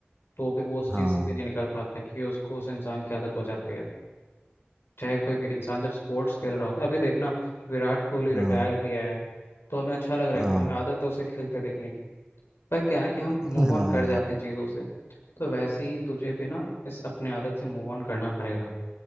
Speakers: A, on the left; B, on the right.
A: तो भी वो उस चीज़
B: हाँ
A: से भी नहीं निकल पाता है क्योंकि उसको उस इंसान की आदत हो जाती है चाहे कोई भी इंसान जब स्पोर्ट्स खेल रहा होता है अभी देखना विराट कोहली रिटायर
B: हाँ
A: किया है तो हमें अच्छा लग रहा है
B: हाँ
A: कि हमें आदत है उसे खेलते देखने की पर क्या है ना कि हम
B: हाँ
A: मूव ऑन कर जाते हैं चीज़ों से तो वैसे ही तुझे भी ना इस अपनी आदत से मूव ऑन करना पड़ेगा